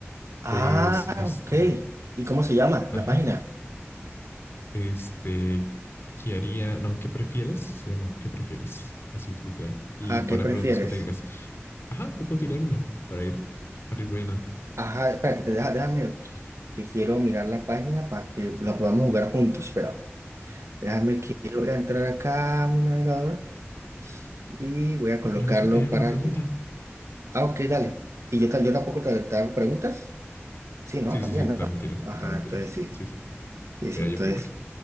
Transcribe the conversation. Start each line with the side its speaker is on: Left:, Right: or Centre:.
Right: Ah,
Left: pues, este,
Right: ok. ¿Y cómo se llama
Left: ajá,
Right: la página?
Left: este, ¿qué haría? No, ¿qué prefieres? Se llama, ¿qué prefieres? Así, literal. Y
Right: ¿A
Left: pone
Right: qué prefieres?
Left: preguntas hipotéticas. Ajá, te puedo tirar una para ir, para ir bien a...
Right: Ajá, espérate, te deja- déjame que quiero mirar la página para que la podamos jugar juntos. Espera, déjame que yo voy a entrar acá a mi navegador y voy a
Left: Sí,
Right: colocarlo
Left: pero déjate, hago
Right: para
Left: la pregunta.
Right: que. Ah, ok, dale. ¿Y yo, ta- yo tampoco te, te hago preguntas? Sí, no,
Left: Sí,
Right: también,
Left: sí, sí, totalmente
Right: ¿no?
Left: tiras,
Right: Ajá,
Left: totalmente
Right: entonces
Left: tiras.
Right: sí.
Left: Sí, sí.
Right: Sí, sí,
Left: Mira,
Right: entonces.
Left: yo primero.